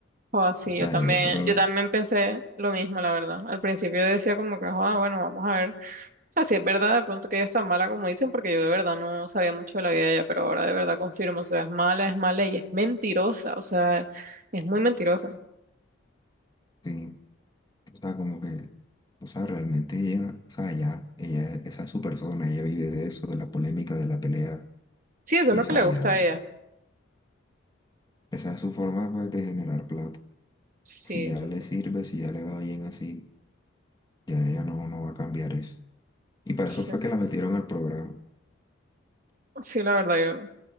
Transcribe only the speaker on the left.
O sea,
ella solo,
sí, O sea, como que, o sea, realmente ella, o sea, ya, ella, esa es su persona, ella vive de eso, de la polémica, de la pelea,
y
o sea,
ya,
esa es su forma, pues, de generar plata.
Si
ya le sirve, si ya le va bien así, ya ella no, no va a cambiar eso. Y para
eso fue que la metieron al programa.